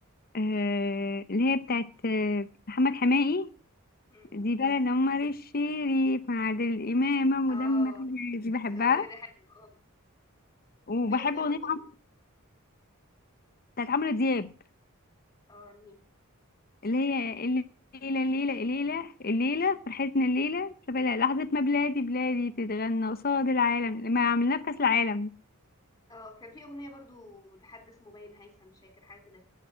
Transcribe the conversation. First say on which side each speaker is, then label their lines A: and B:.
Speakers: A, on the left (about 40°); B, on the left (about 15°).
A: آه اللي هي بتاعت آه محمد حماقي
B: مم.
A: دي بلد عمر الشريف مع عادل امام ودم
B: اه
A: خفيف دي بحبها
B: الاغنية دي حلوة اه
A: وبحب
B: في اغنية
A: اغنيه
B: برضو
A: عم- بتاعت عمرو دياب
B: في أغ- اه انهي
A: اللي هي الليله الليله الليله الليله فرحتنا الليله شوف لحظه ما بلادي بلادي تتغنى قصاد العالم لما عملناه في كاس العالم
B: اه كان في اغنيه برضو لحد اسمه باين هيثم شاكر حاجه كده